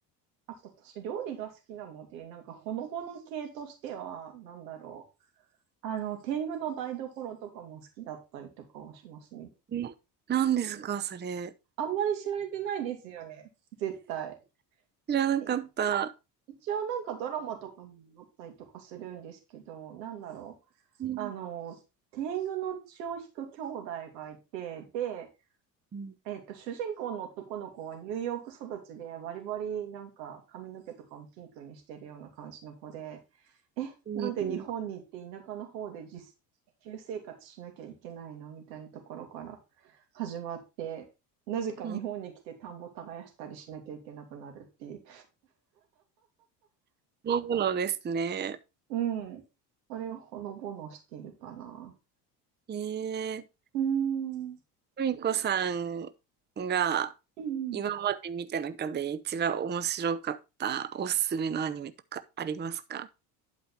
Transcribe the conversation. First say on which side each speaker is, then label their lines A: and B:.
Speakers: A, on the right; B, on the right.
A: あと私、料理が好きなので、なんかほのぼの系としては、なんだろう。あの、天狗の台所とかも好きだったりとかはしますね。
B: え、何ですか、それ。
A: あんまり知られてないですよね、絶対。
B: 知らなかった。
A: え一応なんかドラマとかもあったりとかするんですけど、なんだろう。
B: うん。
A: あの、天狗の血を引く兄弟がいて、で、
B: うん
A: えっと、主人公の男の子はニューヨーク育ちでバリバリなんか髪の毛とかもピンクにしてるような感じの子で、え、
B: うん。
A: なんで日本に行って田舎の方で実、旧生活しなきゃいけないのみたいなところから始まって、なぜか日本に来て田んぼ耕したりしなきゃいけなくなるっていう。
B: うん。飲むのですね。
A: うん。それをほのぼのしているかな。
B: ええ
A: うーん。うん
B: ふみこさんが
A: うん
B: 今まで見た中で一番面白かったおすすめのアニメとかありますか